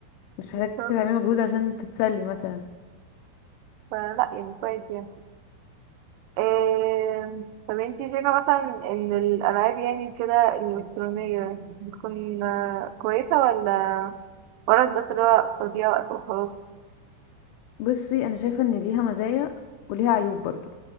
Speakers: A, on the left (about 80°); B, on the right (about 80°).
A: مش
B: بالظبط
A: محتاجة تعملي مجهود عشان تتسلي مثلا
B: فلا يعني كويس يعني آه، طب انتي شايفه مثلا ان الالعاب يعني كده الالكترونيه بتكون آه، كويسه ولا مجرد بس اللي هو تضييع وقت وخلاص
A: بصي انا شايفة ان ليها مزايا وليها عيوب برضو